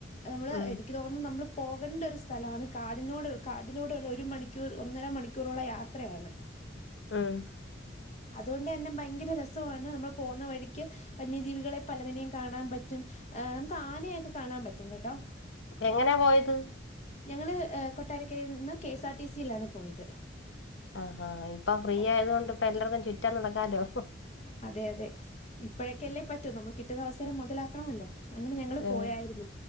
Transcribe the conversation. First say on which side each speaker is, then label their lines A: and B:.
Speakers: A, on the left; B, on the left.
A: നമ്മള്
B: ഉം
A: എനിക്ക് തോന്നുന്നു നമ്മള് പോകണ്ട ഒരു സ്ഥ സ്ഥലാണ് കാടിനോട് കാടിലൂടെള്ളഒരു മണിക്കൂർ ഒന്നര മണിക്കൂറുള്ള യാത്രയാണ്
B: ഉം
A: അതോണ്ട് എന്നെ ഭയങ്കര രസവാണ് നമ്മൾ പോന്ന വഴിക്ക് വന്യജീവികളെ പലതിനെയും കാണാൻ പറ്റും ഏ് നമുക്ക് ആനയൊക്കെ കാണാൻ പറ്റും കേട്ടോ
B: എങ്ങനാ പോയത്
A: ഞങ്ങള് എഹ് കൊട്ടാരക്കരീന്ന് കെ എസ് ആർ ടി സിയിലാണ് പോയത്
B: ആഹ് ആഹ് ഇപ്പൊ ഫ്രീ
A: ഓ,
B: ആയത്കൊണ്ട് ഇപ്പ എല്ലർക്കും ചുറ്റാൻ നടക്കാലോ
A: അതെ അതെ ഇപ്പഴൊക്കല്ലേ പറ്റൂ നമ്മൾ കിട്ടുന്ന അവസരം മാെതലാക്കണമല്ലോ അങ്ങനെ ഞങ്ങള്
B: ഉം
A: പോയായിരുന്നു